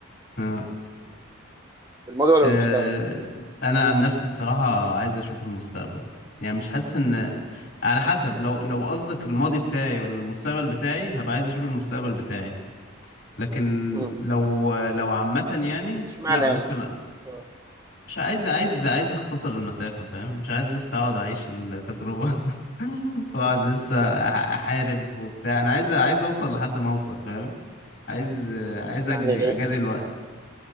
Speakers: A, on the left; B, on the right.
A: آه.
B: في الماضي ولا
A: آه،
B: المستقبل
A: انا عن نفسي الصراحه عايز اشوف المستقبل يعني مش حاسس ان على حسب لو لو قصدك الماضي بتاعي ولا المستقبل بتاعي هبقى عايز اشوف المستقبل بتاعي لكن
B: مم.
A: لو لو عامه يعني
B: اشمعنى
A: لا ممكن
B: يعني
A: أ-
B: آه.
A: مش عايز عايز عايز اختصر المسافه فاهم مش عايز لسه اقعد اعيش التجربه <laughs> واقعد لسه أح- احارب وبتاع انا عايز عايز اوصل لحد ما اوصل فاهم عايز عايز اجري
B: يعني
A: اجري الوقت